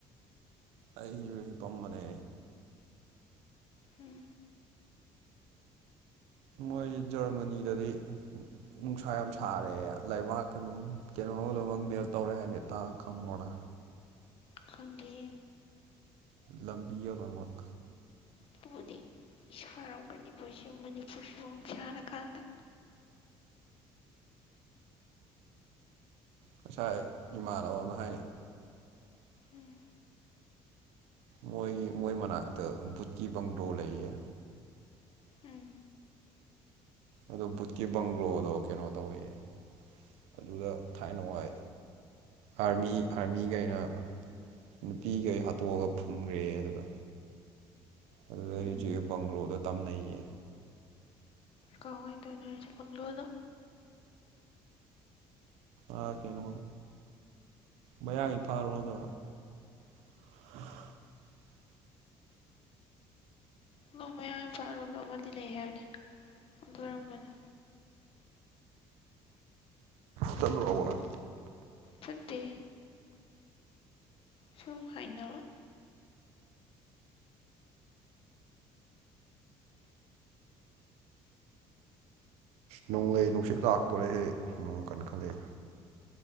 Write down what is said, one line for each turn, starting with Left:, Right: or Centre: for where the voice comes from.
Right: ꯑꯩ ꯍꯤꯄꯝꯕꯅꯦ
Left: ꯎꯝ
Right: ꯃꯣꯏ ꯑꯩꯈꯣꯏ ꯖꯔꯃꯅꯤꯗꯗꯤ ꯅꯨꯡꯁꯥ ꯌꯥꯝ ꯁꯥꯔꯦ ꯂꯩꯕꯥꯛꯀ ꯀꯩꯅꯣ ꯏꯃꯦꯜ ꯇꯧꯔꯦ ꯍꯥꯏꯅꯇꯥ ꯈꯪꯕꯅꯥ
Left: ꯈꯪꯗꯦꯦ
Right: ꯂꯝꯕꯤꯃꯛ
Left: ꯑꯗꯨꯕꯨꯗꯤ ꯏꯁꯥꯔꯝꯒꯅꯤ ꯄꯁꯦ ꯃꯅꯤꯄꯨꯔꯁꯤ ꯁꯥꯟꯔꯀꯥꯟꯗ
Right: ꯉꯁꯥꯏ ꯏꯃꯥꯟꯅꯕ ꯑꯃꯅ ꯍꯥꯏꯅꯩ
Left: ꯎꯝ
Right: ꯃꯣꯏꯒꯤ ꯃꯣꯏ ꯃꯅꯥꯛꯇ ꯕꯨꯠꯀꯤ ꯕꯪꯒꯂꯣ ꯂꯩꯌꯦ
Left: ꯎꯝ
Right: ꯑꯗꯨ ꯕꯨꯠꯀꯤ ꯕꯪꯒ꯭ꯂꯣꯗꯣ ꯀꯩꯅꯣ ꯇꯧꯋꯦꯑꯦ ꯑꯗꯨꯗ ꯊꯥꯏꯅ ꯋꯥꯏ ꯑꯥꯔꯃꯤ ꯑꯥꯔꯃꯤꯈꯩꯅ ꯅꯨꯄꯤꯈꯩ ꯍꯥꯠꯇꯣꯛꯑꯒ ꯐꯨꯝꯈ꯭ꯔꯦ ꯑꯗꯨꯗ ꯑꯗꯨꯗꯩ
Left: ꯎꯝ
Right: ꯖꯩ ꯕꯪꯒꯂꯣꯗꯣ ꯇꯝꯅꯩꯌꯦ
Left: ꯀꯋꯥꯗꯅꯣ ꯍꯥꯏꯁꯦ ꯕꯪꯒꯂꯣꯗꯣ꯫
Right: ꯑꯥ ꯀꯩꯅꯣ ꯃꯌꯥꯡ ꯏꯝꯐꯥꯜꯔꯣꯝꯗ <inaudible>
Left: ꯃꯣꯏ ꯃꯌꯥꯡ ꯏꯐꯥꯔꯣꯝꯗ ꯑꯃꯗꯤ ꯂꯩ ꯍꯥꯏꯕꯅꯤ ꯑꯗꯨ ꯑꯣꯏꯔꯝꯃꯅꯤ
Right: ꯆꯠꯂꯨꯔꯕꯣ ꯅꯪ
Left: ꯆꯠꯇꯦꯑꯦ ꯁꯨꯝ ꯍꯥꯏꯅꯕ
Right: ꯅꯣꯡꯂꯩ ꯅꯨꯡꯁꯤꯠ ꯂꯥꯛꯇꯣꯔꯦꯍꯦ ꯅꯨꯡ ꯀꯟ ꯈꯠꯂꯛꯑꯦ꯫